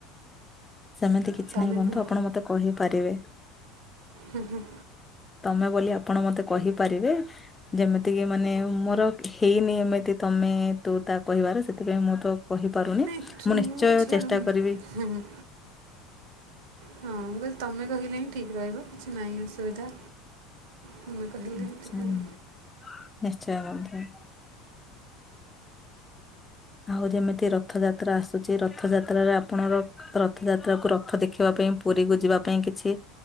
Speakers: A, on the left; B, on the right.
A: ସେମିତି କିଛି
B: ତୁମେ
A: ନାହିଁ ବନ୍ଧୁ
B: କୁହ
A: ଆପଣ ମତେ କହିପାରିବେ।
B: ହୁଁ ହୁଁ।
A: ତମେ ବୋଲି ଆପଣ ମତେ କହିପାରିବେ ଯେମିତି କିି ମାନେ ମୋର ହେଇନି ଏମିତି ତମେ ତୁ ତା କହିବାରେ ସେଥିପାଇଁ ମୁଁ ତ କହିପାରୁନି
B: ନାଇଁ
A: ମୁଁ
B: ତୁ
A: ନିଶ୍ଚୟ
B: ଛାଡ଼
A: ଚେଷ୍ଟା କରିବି।
B: ହଁ ମୁଁ କହିଲି ତମେ କହିଲେ ହିଁ ଠିକ ରହିବ କିଛି ନାହିଁ ଅସୁବିଧା। ତୁମେ କହିଲେ
A: ନିଶ୍ଚୟ
B: ସେଥିପାଇଁ
A: ବନ୍ଧୁ ନିଶ୍ଚୟ ବନ୍ଧୁ। ଆଉ ଯେମିତି ରଥଯାତ୍ରା ଆସୁଛି ରଥଯାତ୍ରାରେ ଆପଣଙ୍କ ରଥଯାତ୍ରାକୁ ରଥ ଦେଖିବା ପାଇଁ ପୁରୀ କୁ ଯିବା ପାଇଁ କିଛି